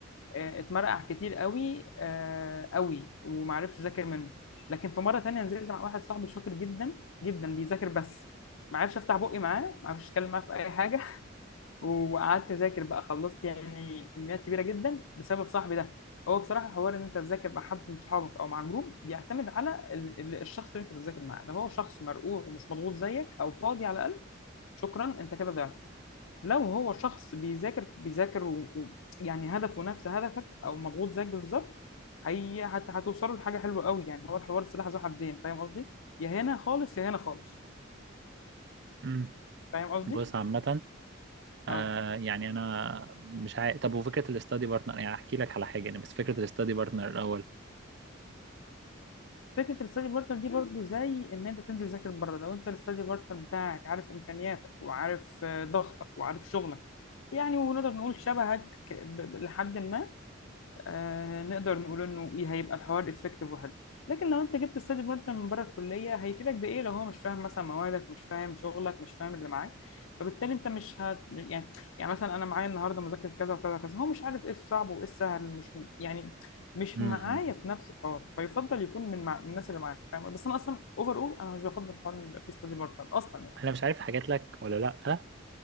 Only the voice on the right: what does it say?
امم
بص عامة
آه يعني انا مش عارف طب وفكره الاستادي بارتنر يعني احكي لك على حاجه يعني بس فكره الاستادي بارتنر الاول
امم
انا مش عارف حكيت لك ولا لا